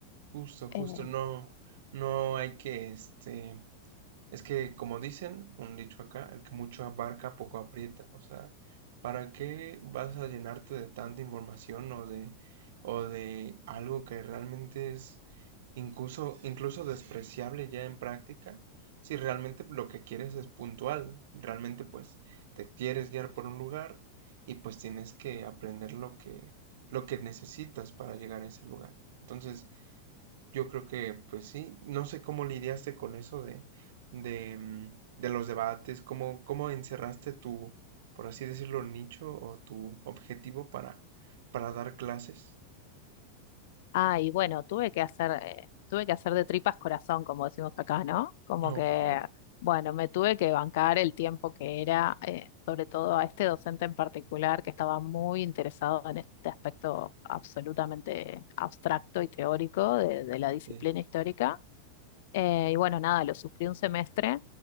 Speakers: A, on the right; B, on the left.
A: justo, justo,
B: Eh,
A: no, no hay que, este, Es que, como dicen, un dicho acá, el que mucho abarca, poco aprieta. O sea, ¿para qué vas a llenarte de tanta información o de, o de algo que realmente es incluso, incluso despreciable ya en práctica? Si realmente lo que quieres es puntual, realmente pues te quieres guiar por un lugar y pues tienes que aprender lo que, lo que necesitas para llegar a ese lugar. Entonces, yo creo que, pues sí, no sé cómo lidiaste con eso de, de, mm, de los debates, cómo, cómo encerraste tu, por así decirlo, nicho o tu objetivo para, para dar clases.
B: Ah, y bueno, tuve que hacer, eh, tuve que hacer de tripas corazón, como decimos acá, ¿no? Como
A: Ok,
B: que, bueno, me tuve que bancar el tiempo que era, eh, sobre todo a este docente en particular, que estaba muy interesado en este aspecto absolutamente abstracto y teórico de, de la disciplina
A: sí,
B: histórica. Eh, y bueno, nada, lo sufrí un semestre